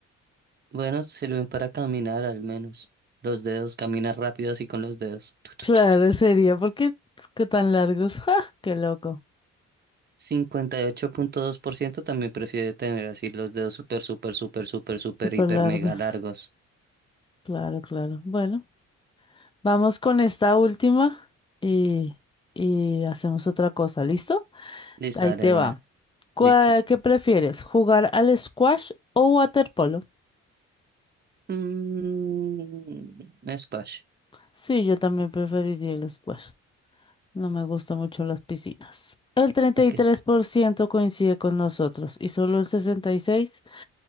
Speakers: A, on the right; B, on the left.
A: Bueno, sirven para caminar al menos. Los dedos, camina rápido así con los dedos. Tu, tu,
B: Claro,
A: tu, tu.
B: sería porque qué tan largos. <laughs> ¡Ja! ¡Qué loco!
A: 58.2% también prefiere tener así los dedos súper, súper, súper, súper, súper,
B: Súper
A: hiper,
B: largos.
A: mega largos.
B: Claro, claro. Bueno, vamos con esta última y, y hacemos otra cosa. ¿Listo?
A: Listo,
B: Ahí
A: dale
B: te
A: de
B: va.
A: una.
B: ¿Cuál-
A: Listo.
B: ¿Qué prefieres? ¿Jugar al squash o waterpolo?
A: Mm, squash.
B: Sí, yo también preferiría el squash. No me gustan mucho las piscinas. El treinta
A: Ok,
B: y tres por ciento coincide con nosotros y solo el 66%